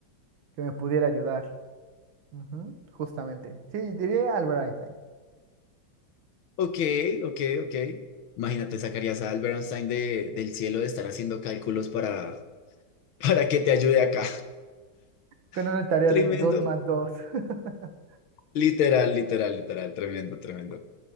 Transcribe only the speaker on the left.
Ok, ok, ok. Imagínate, sacarías a Albert Einstein de, del cielo de estar haciendo cálculos para, <laughs> para que te ayude acá.
<laughs>
Tremendo.
Literal, literal, literal. Tremendo, tremendo.